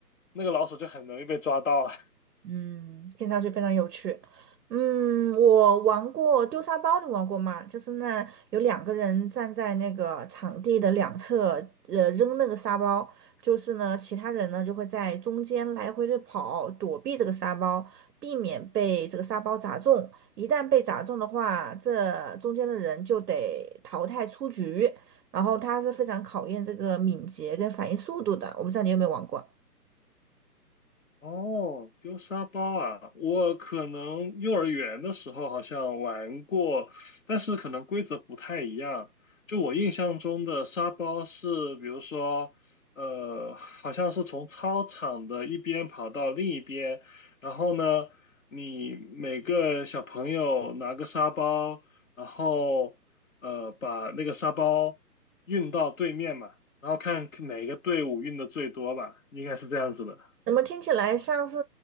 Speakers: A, on the left; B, on the right.
A: 那个老鼠就很容易被抓到了。
B: 嗯，听上去非常有趣。嗯，我玩过丢沙包，你玩过吗？就是那有两个人站在那个场地的两侧，呃，扔那个沙包，就是呢，其他人呢就会在中间来回的跑，躲避这个沙包，避免被这个沙包砸中。一旦被砸中的话，这中间的人就得淘汰出局。然后它是非常考验这个敏捷跟反应速度的。我不知道你有没有玩过。
A: 哦，丢沙包啊！我可能幼儿园的时候好像玩过，但是可能规则不太一样。就我印象中的沙包是，比如说，呃，好像是从操场的一边跑到另一边，然后呢，你每个小朋友拿个沙包，然后呃把那个沙包运到对面嘛，然后看哪个队伍运的最多吧，应该是这样子的。
B: 怎么听起来像是